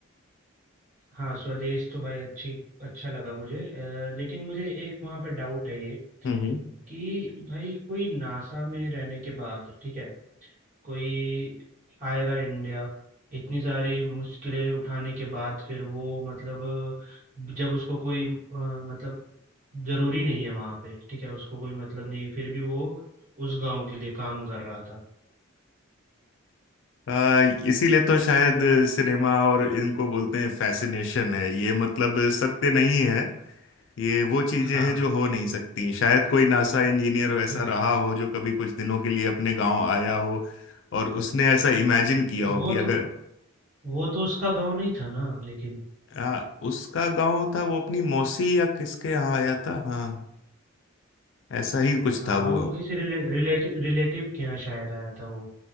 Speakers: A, on the right; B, on the left.
A: हाँ, स्वदेश तो भाई अच्छी अच्छा लगा मुझे अ, लेकिन मुझे एक वहाँ पे डाउट है ये
B: हम्म हम्म।
A: कि भाई कोई नासा में रहने के बाद, ठीक है, कोई आएगा इंडिया, इतनी सारी मुश्किलें उठाने के बाद फिर वो मतलब जब उसको कोई अ, मतलब ज़रूरी नहीं है वहाँ पे, ठीक है, उसको कोई मतलब नहीं है, फिर भी वो उस गाँव के लिए काम कर रहा था।
B: आ, इसीलिए तो शायद सिनेमा और इनको बोलते हैं फैसिनेशन है ये मतलब सत्य नहीं है ये वो चीजें
A: हाँ,
B: हैं जो हो नहीं सकती शायद कोई नासा इंजीनियर वैसा
A: हाँ,
B: रहा हो जो कभी कुछ दिनों के लिए अपने गांव आया हो और उसने ऐसा इमेजिन किया
A: वो
B: हो कि
A: तो
B: अगर
A: वो तो उसका गांव नहीं था ना लेकिन
B: आ, उसका गांव था वो अपनी मौसी या किसके यहाँ आया था हाँ ऐसा ही कुछ
A: हाँ
B: था वो
A: वो किसी रिले, रिलेटिव रिलेटिव के यहाँ शायद आया था वो